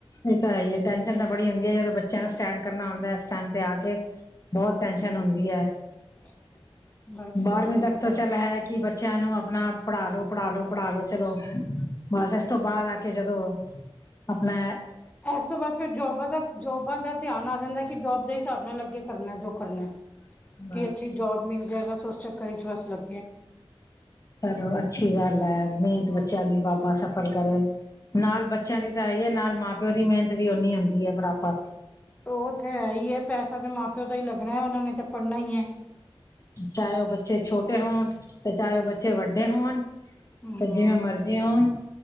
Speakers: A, on the left; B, on the left.
A: ਇਹ ਤਾਂ ਹੈ ਹੀ ਹੈ ਟੈਨਸ਼ਨ ਤੇ ਬੜੀ ਹੁੰਦੀ ਹੈ, ਜਦੋਂ ਬੱਚਿਆਂ ਨੂੰ ਸਟੈਂਡ ਕਰਨਾ ਹੁੰਦਾ ਐ, ਇਸ ਸਟੈਂਡ ਤੇ ਆ ਕੇ। ਬਹੁਤ ਟੈਨਸ਼ਨ ਹੁੰਦੀ ਹੈ।
B: <unintelligible>
A: ਬਾਰਵੀਂ
B: ਉਹੀ
A: ਤੱਕ
B: ਸਭ
A: ਤੋਂ ਚੱਲ ਹੈ ਕਿ ਬੱਚਿਆਂ ਨੂੰ ਆਪਣਾ ਪੜ੍ਹਾ ਲੋ, ਪੜ੍ਹਾ ਲੋ, ਪੜ੍ਹਾ ਲੋ, ਚਲੋ ਬਸ ਇਸ ਤੋਂ ਬਾਅਦ ਆ ਕੇ ਜਦੋਂ, ਆਪਣਾ ਐ
B: ਇਸ ਤੋਂ ਬਾਅਦ ਫਿਰ ਜੋਬਾਂ ਦਾ ਜੋਬਾਂ ਦਾ ਧਿਆਨ ਆ ਜਾਂਦਾ, ਕਿ ਜੋਬ ਦੇ ਹਿਸਾਬ ਨਾਲ ਅਗੇ ਕਰਨਾ ਜੋ ਕਰਨਾ,
A: ਬਸ
B: ਕਿ ਅੱਛੀ ਜੋਬ ਮਿਲ ਜਾਏ, ਬਸ ਉਸ ਚੱਕਰ ਵਿਚ ਚ ਬਸ ਲੱ
A: ਚਲੋ ਅੱਛੀ ਗੱਲ ਹੈ, ਮਿਹਨਤ
B: ਹਮ
A: ਬੱਚਿਆਂ ਦੀ, ਬਾਬਾ ਸਭ ਗਲ ਕਰੇ, ਨਾਲ ਬੱਚਿਆਂ ਦੀ ਤਾਂ ਹੀ ਹੈ, ਨਾਲ ਮਾਂ ਪਿਓ ਦੀ ਮਿਹਨਤ ਵੀ ਓਨੀ ਹੁੰਦੀ ਹੈ ਬਰਾਬਰ।
B: ਔ ਤੇ ਹੈ ਹੀ ਹੈ, ਪੈਸਾ ਤਾਂ ਮਾਂ ਪਿਓ ਦਾ ਹੀ ਲੱਗਣਾ ਹੈ, ਉਹਨਾ ਨੇ ਤਾਂ ਪੜ੍ਹਨਾ ਹੀ ਹੈ।
A: ਚਾਹੇ ਉਹ ਬੱਚੇ ਛੋਟੇ ਹੋਣ, ਤੇ ਚਾਹੇ ਉਹ ਬੱਚੇ ਵੱਡੇ ਹੋਣ
B: ਹੂ
A: ਤੇ ਜਿਵੇਂ ਮਰਜ਼ੀ ਹੋਣ,